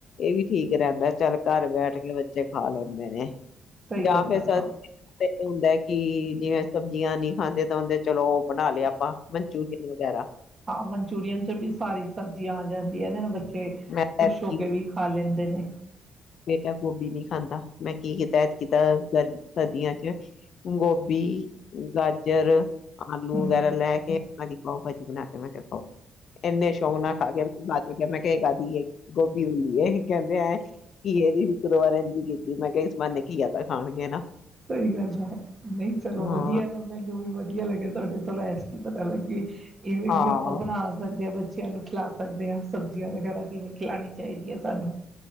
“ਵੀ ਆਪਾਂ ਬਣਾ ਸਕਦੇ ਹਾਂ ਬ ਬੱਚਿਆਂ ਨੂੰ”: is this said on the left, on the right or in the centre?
Right